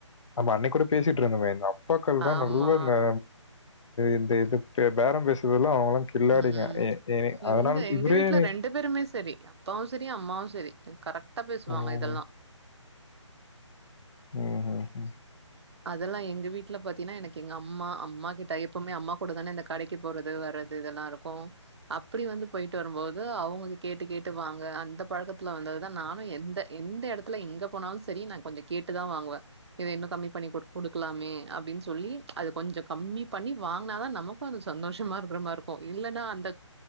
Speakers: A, on the left; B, on the right.
A: நம்ம அன்னைக்கு கூட பேசிட்டு இருந்தோமே எங்க அப் பாக்கள் தா
B: ஆமா
A: நல்ல ந இந்த இது பேரோ பேசுறல்லா அவுங்க கில்லாடிங்க
B: ம்
A: ஏ ஏ
B: இந்த
A: அதனால்
B: எங்க
A: இவரே
B: வீட்ல
A: எனை
B: ரெண்டு பேருமே சரி அப்பாவு செரி அம்மாவு செரி கரெக்டா பேசுவாங்க
A: ம்.
B: இதல்லா
A: ம் ம் ம்
B: அதெல்லா எங்க வீட்ல பாத்தீங்ன்னா எனக்கு எங்க அம்மா அம்மா கிட்ட எப்பவுமே அம்மா கூட தானே இந்த கடைக்கு போறது வரத் து இதெல்லா இருக்கு அப்டி வந்து போயிட்டு வரும்போது அவுங்க கேட்டு கேட்டு வாங்க அந்த பழக்கத்துல வந்தது தா நானு எந்த எந்த எடத்துல எங்க போனாலு சரி நா கொஞ்சோ கேட்டுதா வாங்குவே இத இன்னு கம்மி பண்ணி குடு குடுக்லாமே அப்டின்னு சொல்லி அது கொஞ்சோ கம்மி பண்ணி வாங்னாதா நமக் கு சந்தோஷமா இருக்கிற மாரி இருக்கு இல்லன்னா அந்த